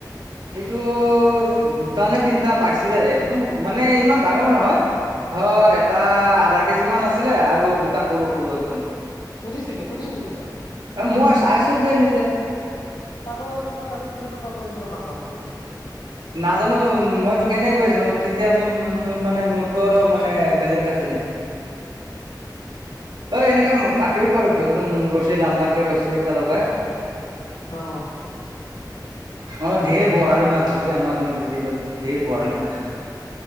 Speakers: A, on the right; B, on the left.
A: এইটো দুটা নে তিনটা পাইছিলে, একদম মানে ইমান ডাঙৰ নহয়। ধৰ এটা আধা কেজি মান আছিলে আৰু দুটা সৰু সৰু একদম।
B: সুধিচিলি সুধিচিলি তই,
A: এ মই চাইছোগে নিজে,
B: আক তোক মই কালি সোধোতে তই কলি বোলে নাজাও বুলি।
A: নাজানো মই তোক এনেই কৈ আছিলো, তেতিয়া মোৰ মোৰ মানে মোডটো অলপ মানে বেলেগ- বেলেগ আছিলে। অ এনেকা পাতিও পাৰোতো একদম ৰছী লাম্বা কে ৰছী এটা লগাই।
B: অ
A: অ ধেৰ বৰালি মাছ আছে বে আমাৰ নদীতে এইবাৰ ধেৰ বৰালি মাছ আছে।